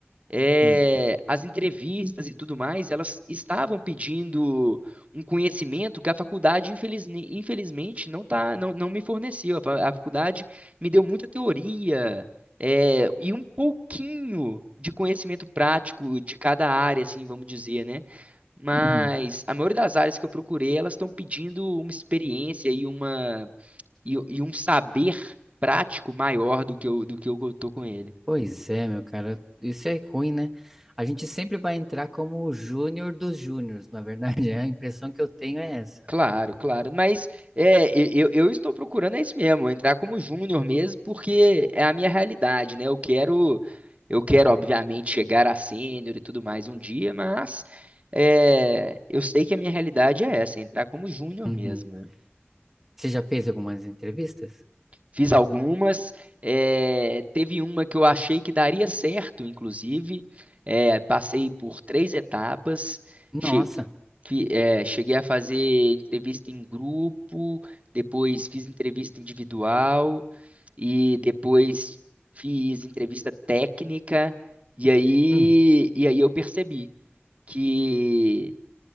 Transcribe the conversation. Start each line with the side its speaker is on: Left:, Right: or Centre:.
Right: é,
Centre: hum,
Right: as entrevistas e tudo mais, elas estavam pedindo um conhecimento que a faculdade, infelizne- infelizmente, não tá, não, não me forneceu. A fa- a faculdade me deu muita teoria, é, e um pouquinho de conhecimento prático de cada área, assim, vamos dizer, né? Mas
Centre: uhum.
Right: a maioria das áreas que eu procurei, elas estão pedindo uma experiência e uma e, e um saber prático maior do que eu, do que eu tô com ele.
Centre: Pois é, meu cara, isso é ruim, né? A gente sempre vai entrar como o júnior dos júniors, na verdade, <laughs> é a impressão que eu tenho é essa.
Right: Claro, claro. Mas é, e- eu, eu estou procurando é isso mesmo, entrar como júnior mesmo, porque é a minha realidade, né? Eu quero, eu quero, obviamente, chegar a sênior e tudo mais um dia, mas é, eu sei que a minha realidade é essa, entrar como júnior
Centre: Uhum.
Right: mesmo. né?
Centre: Você já fez algumas entrevistas?
Right: Fiz algumas. eh, teve uma que eu achei que daria certo, inclusive. eh, passei por três etapas.
Centre: Nossa.
Right: Che- fi- eh, cheguei a fazer entrevista em grupo, depois fiz entrevista individual e depois fiz entrevista técnica. E aí,
Centre: Hum,
Right: e aí eu percebi que